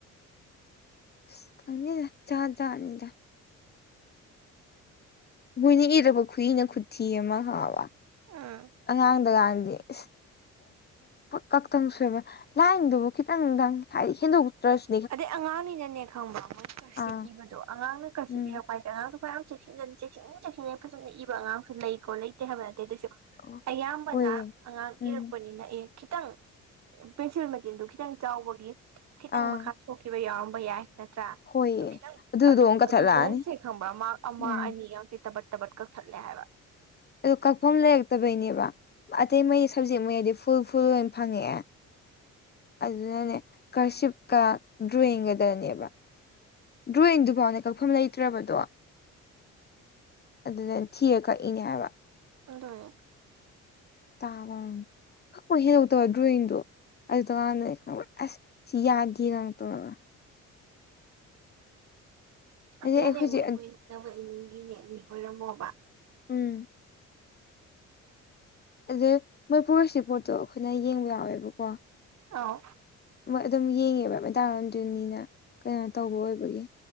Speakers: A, on the left; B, on the right.
A: ꯁꯤꯁ ꯈꯪꯗꯦꯗ ꯖꯥꯠ ꯖꯥꯠꯅꯦꯗ ꯃꯣꯏꯅ ꯏꯔꯛꯄ ꯈꯨꯨꯏꯅ ꯈꯨꯊꯤ ꯑꯃ ꯈꯪꯉꯥꯕ
B: ꯎꯝ
A: ꯑꯉꯥꯡꯗꯒꯥꯟꯗꯤ ꯑꯁ ꯀꯛꯇꯪ ꯁꯣꯏꯕ ꯂꯥꯏꯟꯗꯨꯕꯨ ꯈꯤꯇꯪꯗꯪ ꯍꯥꯏꯗꯤ ꯍꯦꯟꯗꯣꯛꯇ꯭ꯔꯁꯨ
B: ꯑꯗꯩ ꯑꯉꯥꯡꯅꯤꯅꯅꯦ ꯈꯪꯕ꯭ꯔ ꯃꯣꯏꯅ ꯀꯔꯁꯤꯞ
A: ꯑꯥ
B: ꯏꯕꯗꯣ ꯑꯉꯥꯡꯅ ꯀꯔꯁꯤꯞ
A: ꯎꯝ
B: ꯏꯔꯛꯄ ꯃꯥꯏꯁꯦ ꯑꯉꯥꯡꯁꯨ ꯃꯌꯥꯝ ꯆꯦꯛꯁꯤꯟꯅ ꯆꯦꯛꯁꯤꯟ ꯆꯦꯛꯁꯤꯟꯅ ꯐꯖꯅ ꯏꯕ ꯑꯉꯥꯡꯁꯨ ꯂꯩꯀꯣ ꯂꯩꯇꯦ ꯍꯥꯏꯕ ꯅꯠꯇꯦ ꯑꯗꯨꯏꯁꯨ
A: ꯑꯣ
B: ꯑꯌꯥꯝꯕꯅ
A: ꯍꯣꯏꯌꯦ
B: ꯑꯉꯥꯡ
A: ꯎꯝ
B: ꯏꯔꯛꯄꯅꯤꯅ ꯑꯦ ꯈꯤꯇꯪ ꯄꯦꯟꯁꯤꯜ ꯃꯆꯤꯟꯗꯨ ꯈꯤꯇꯪ ꯆꯥꯎꯕꯒꯤ ꯈꯤꯇꯪ
A: ꯑꯥ
B: ꯃꯈꯥ ꯁꯣꯛꯈꯤꯕ ꯌꯥꯎꯔꯝꯕ ꯌꯥꯏ ꯅꯠꯇ꯭ꯔꯥ
A: ꯍꯣꯏꯌꯦ
B: ꯑꯗꯨ ꯈꯤꯇꯪ
A: ꯑꯗꯨꯗꯣ
B: ꯑꯗꯨ
A: ꯑꯃꯨꯛ ꯀꯛꯊꯠꯂꯛꯑꯅꯤ
B: ꯑꯗꯨꯕꯣꯡꯁꯦ ꯈꯪꯕ꯭ꯔꯥ ꯃꯥꯔ꯭ꯛ ꯑꯃꯥ
A: ꯎꯝ
B: ꯑꯅꯤꯒꯥꯡꯁꯦ ꯇꯕꯠ ꯇꯕꯠ ꯀꯛꯊꯠꯂꯦ ꯍꯥꯏꯕ
A: ꯑꯗꯨ ꯀꯛꯐꯝ ꯂꯩꯔꯛꯇꯕꯩꯅꯦꯕ ꯑꯇꯩ ꯃꯩ ꯁꯕꯖꯦꯛ ꯃꯩꯗꯤ ꯐꯨꯜ ꯐꯨꯜ ꯂꯣꯏ ꯐꯪꯉꯛꯑꯦ ꯑꯗꯨꯅꯅꯦ ꯀꯔꯁꯤꯞꯀ ꯗ꯭ꯔꯣꯋꯤꯡꯒꯗꯅꯦꯕ ꯗ꯭ꯔꯣꯋꯤꯡꯗꯨꯐꯥꯎꯅꯦ ꯀꯛꯐꯝ ꯂꯩꯇ꯭ꯔꯕꯗꯣ ꯑꯗꯨꯗ ꯊꯤꯔ ꯀꯛꯏꯅꯦ ꯍꯥꯏꯕ
B: ꯑꯗꯨꯅꯤ
A: <unintelligible> <unintelligible> ꯗ꯭ꯔꯣꯌꯤꯡꯗꯣ ꯑꯗꯨꯗꯀꯥꯡꯅꯦ ꯈꯪꯕ ꯑꯁ ꯁꯤ ꯌꯥꯗꯦꯒꯥꯡ ꯇꯧꯔꯒ
B: ꯑꯗꯨꯅꯅꯦ
A: ꯑꯗꯩ ꯑꯩ ꯍꯧꯖꯤꯛ
B: ꯃꯣꯏ ꯃꯣꯏ ꯅꯛꯅꯕ ꯏꯃꯨꯡꯒꯤꯅꯦ ꯃꯤ ꯑꯣꯏꯔꯝꯃꯣꯕ
A: ꯎꯝ ꯑꯗꯩ ꯃꯣꯏ ꯄꯣꯒ꯭ꯔꯦꯁ ꯔꯤꯄꯣꯠꯇꯣ ꯑꯩꯈꯣꯏꯅ ꯌꯦꯡꯕ ꯌꯥꯎꯋꯦꯕꯀꯣ
B: ꯑꯥꯎ
A: ꯑꯗꯨꯝ ꯌꯦꯡꯉꯦꯕ ꯃꯦꯗꯥꯝ ꯔꯟꯗꯣꯅꯤꯅ ꯀꯩꯅꯣ ꯇꯧꯕ ꯑꯣꯏꯕꯒꯤ